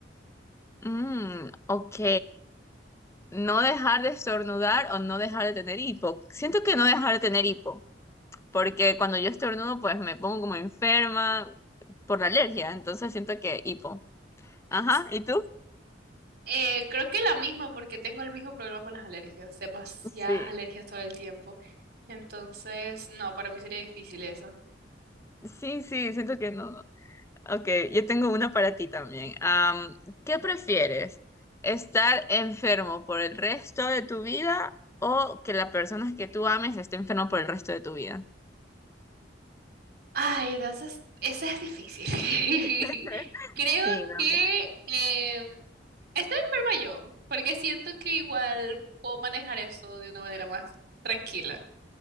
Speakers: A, on the left; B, on the right.
A: Mm, ok. no dejar de estornudar o no dejar de tener hipo. Siento que
B: Ujú.
A: no dejar de tener hipo, porque cuando yo estornudo, pues me pongo como enferma por la alergia, entonces siento que hipo. Ajá,
B: S-
A: ¿y tú?
B: eh, creo que la misma porque tengo el mismo problema con las alergias, demasiadas
A: Sí,
B: alergias todo el tiempo. Entonces, no, para mí sería difícil eso.
A: sí, sí, siento que no. Ok, yo tengo una para ti también. Am, ¿qué prefieres? ¿Estar enfermo por el resto de tu vida o que la persona que tú ames esté enfermo por el resto de tu vida?
B: Ay, no, esa es, esa es difícil. <laughs>
A: <laughs>
B: Creo
A: Sí, no,
B: que em, estoy enferma yo, porque siento que igual puedo manejar eso de una manera más tranquila.